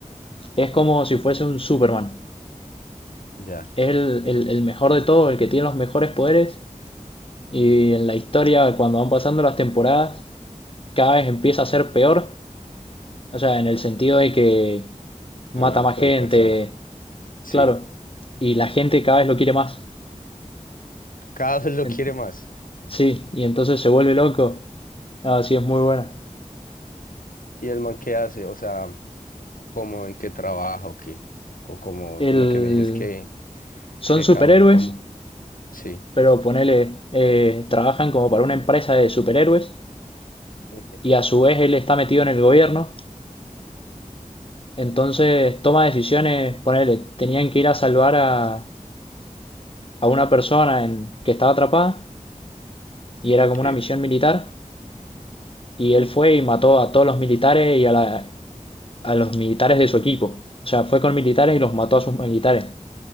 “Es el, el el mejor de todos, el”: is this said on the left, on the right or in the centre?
Left